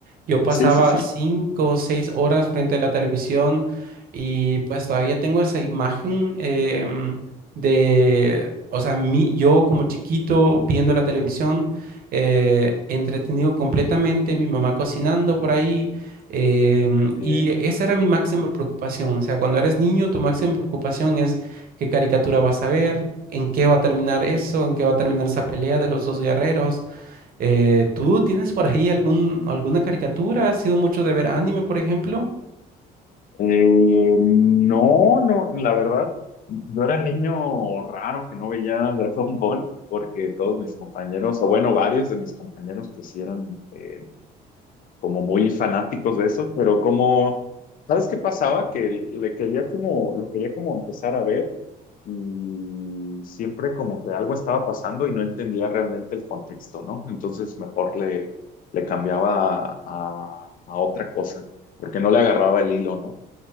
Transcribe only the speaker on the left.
Sí, sí, sí.
Eh,
Eh, no, no, la verdad, yo era el niño raro que no veía Dragon Ball, porque todos mis compañeros, o bueno, varios de mis compañeros, pues sí eran eh, como muy fanáticos de eso, pero como, ¿sabes qué pasaba? Que le quería como, lo quería como empezar a ver y siempre como que algo estaba pasando y no entendía realmente el contexto, ¿no? Entonces mejor le, le cambiaba a, a a otra cosa, porque no le agarraba el hilo, ¿no?